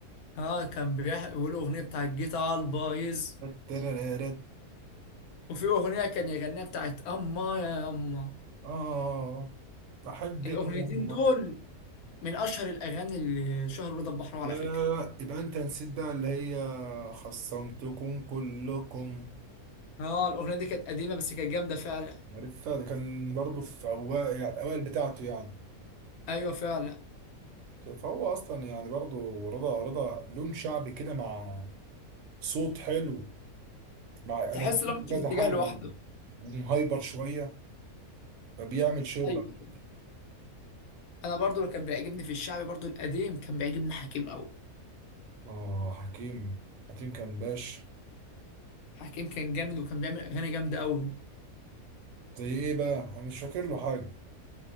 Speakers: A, on the left; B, on the right.
A: اه كان بيح- بيقول اغنيه بتاع الجيت على البايظ
B: الترررت.
A: وفي اغنيه كان يغنيها بتاعت اما يا اما
B: اه بحبك
A: الاغنيتين
B: يا يما
A: دول من اشهر الاغاني اللي شهر رضا البحراوي على
B: لا لا
A: فكره
B: لا يبقى انت نسيت بقى اللي هي خصمتكم كلكم
A: اه الاغنيه دي كانت قديمه بس كانت جامده فعلا
B: عارفها ده كان برضه في اوائل يعني الاوائل بتاعته يعني
A: ايوه فعلا
B: فهو اصلا يعني برضه رضا رضا لون شعبي كده مع صوت حلو مع انا
A: تحس
B: في
A: لو مش
B: كذا
A: في اتجاه
B: حاجه
A: لوحده
B: ومهايبر شويه فبيعمل شغل
A: أيوة.
B: على فكرة.
A: انا برضو اللي كان بيعجبني في الشعبي برضو القديم كان بيعجبني حكيم قوي
B: اه حكيم حكيم كان باش
A: حكيم كان جامد وكان بيعمل اغاني جامده قوي
B: زي ايه بقى انا مش فاكر له حاجه